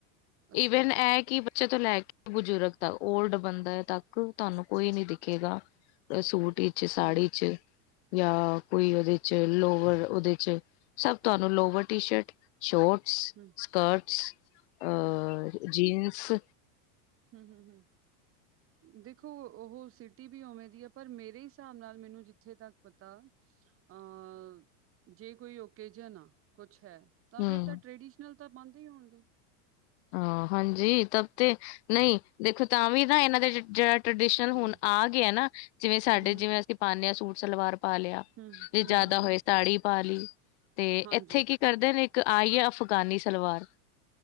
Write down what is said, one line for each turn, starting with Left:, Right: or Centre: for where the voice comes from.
Right: ਅੱਛਾ,
Left: ਈਵਨ ਇਹ ਕਿ ਬੱਚੇ ਤੋਂ ਲੈ ਕੇ ਬਜ਼ੁਰਗ ਤੱਕ ਓਲਡ ਬੰਦਾ ਤੱਕ। ਤੁਹਾਨੂੰ ਕੋਈ ਨੀ ਦਿਖੇਗਾ ਸੂਟ ਵਿੱਚ
Right: ਹੂੰ,
Left: ਸਾੜੀ ਚ। ਜਾਂ ਕੋਈ ਉਹਦੇ ਚ ਲੋਵਰ ਉਹਦੇ ਚ ਸਭ ਤੁਹਾਨੂੰ ਲੋਵਰ ਟੀ ਸ਼ਰਟ। ਸ਼ੋਟਸ।
Right: ਹਮ।
Left: ਸਕਰਟਸ ਅ ਜੀਨਸ।
Right: ਹਮ- ਹਮ -ਹਮ! ਦੇਖੋ, ਉਹ ਸਿਟੀ ਵੀ ਉਵੇਂ ਦੀ ਆ। ਪਰ ਮੇਰੇ ਹਿਸਾਬ ਨਾਲ ਮੈਨੂੰ ਜਿੱਥੇ ਤੱਕ ਪਤਾ ਅ ਜੇ ਕੋਈ ਓਕੇਜਨ ਆ ਕੁਛ ਹੈ। ਤਾਂ
Left: ਹਮ
Right: ਫੇਰ ਤਾਂ ਟਰੈਡੀਸ਼ਨਲ ਤਾਂ ਬੰਦ ਹੀ ਹੋਣਗੇ।
Left: ਹਹ ਹਾਂਜੀ ਤਬ ਤੇ ਨਹੀਂ ਦੇਖੋ ਤਾਂ, ਵੀ ਨਾ ਇਹਨਾਂ ਦੇ ਜਿਹੜਾ ਟ੍ਰਡੀਸ਼ਨਲ ਹੁਣ
Right: ਹੂੰ,
Left: ਆ ਗ ਨਾ। ਜਿਵੇਂ ਸਾਡੇ
Right: ਹੂੰ, ਹੂੰ,
Left: ਜਿਵੇਂ ਅਸੀਂ ਪਾਉਂਦੇ ਹਾਂ ਸੂਟ ਸਲਵਾਰ ਪਾ ਲਿਆ
Right: ਹੂੰ, ਹੂੰ,
Left: ਜੇ ਜ਼ਿਆਦਾ
Right: ਹੂੰ, ਹੂੰ।
Left: ਹੋਏ। ਤਾੜੀ ਪਾ ਲਈ ਤੇ,
Right: ਹਾਂਜੀ
Left: ਇੱਥੇ ਕੀ ਕਰਦੇ ਨੇ ਇੱਕ ਆਈ ਹੈ। ਅਫਗਾਨੀ ਸਲਵਾਰ